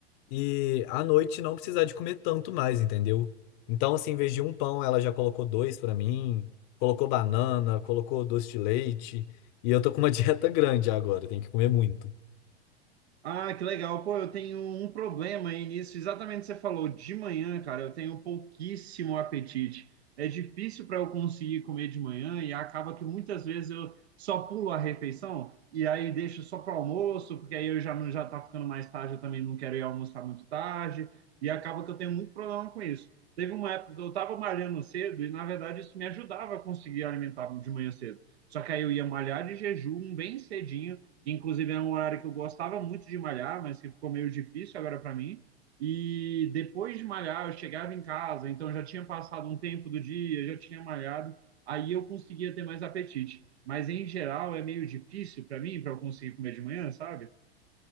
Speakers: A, on the left (about 50°); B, on the right (about 75°).
A: e à noite não precisar de comer tanto mais, entendeu? Então, assim, em vez de um pão, ela já colocou dois para mim, colocou banana, colocou doce de leite, e eu tô com uma <laughs> dieta grande agora, tenho que comer muito.
B: Ah, que legal. Pô, eu tenho um problema aí nisso. Exatamente o que você falou. De manhã, cara, eu tenho pouquíssimo apetite. É difícil para eu conseguir comer de manhã e acaba que muitas vezes eu só pulo a refeição e aí deixo só para almoço, porque aí eu já não já tá ficando mais tarde, eu também não quero ir almoçar muito tarde e acaba que eu tenho muito problema com isso. Teve uma época que eu estava malhando cedo e na verdade isso me ajudava a conseguir alimentar de manhã cedo. Só que aí eu ia malhar de jejum bem cedinho que inclusive é um horário que eu gostava muito de malhar, mas que ficou meio difícil agora para mim. E depois de malhar, eu chegava em casa, então já tinha passado um tempo do dia, já tinha malhado, aí eu conseguia ter mais apetite. Mas em geral é meio difícil para mim, para eu conseguir comer de manhã, sabe?